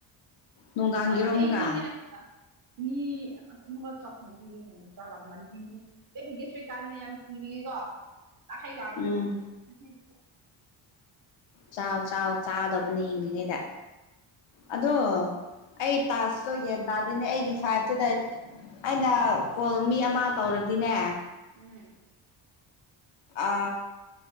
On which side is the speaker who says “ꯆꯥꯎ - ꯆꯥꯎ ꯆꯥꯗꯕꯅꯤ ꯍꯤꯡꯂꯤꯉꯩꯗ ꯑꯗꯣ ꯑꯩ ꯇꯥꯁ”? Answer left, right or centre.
Left